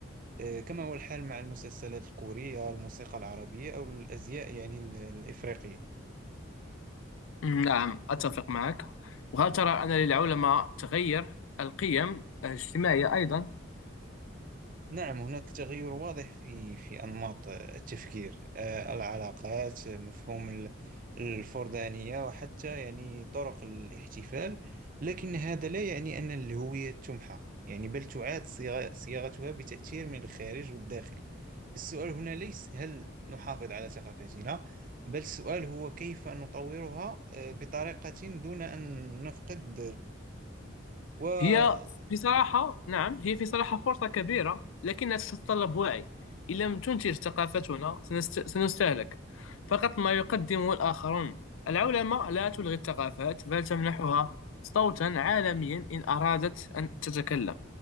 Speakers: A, on the right; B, on the left.
A: آه، كما هو الحال مع المسلسلات الكورية الموسيقى العربية أو الأزياء يعني ال- الإفريقية
B: نعم أتفق معك وهل ترى أن للعلماء تغير القيم الاجتماعية أيضا
A: نعم هناك تغير واضح في في أنماط التفكير آه، العلاقات آه، مفهوم ال- الفردانية وحتى يعني طرق الاحتفال لكن هذا لا يعني أن الهوية تمحى يعني بل تعاد صياغ- صياغتها بتأثير من الخارج والداخل السؤال هنا ليس هل نحافظ على ثقافتنا بل السؤال هو كيف نطورها آه، بطريقة دون أن نفقد جوهرها
B: هي في صراحة نعم هي في صراحة فرصة كبيرة لكنها تتطلب وعي إن لم تنتج ثقافتنا سنست... سنستهلك فقط ما يقدمه الآخرون العلماء لا تلغي الثقافات بل تمنحها صوتا عالميا إن أرادت أن تتكلم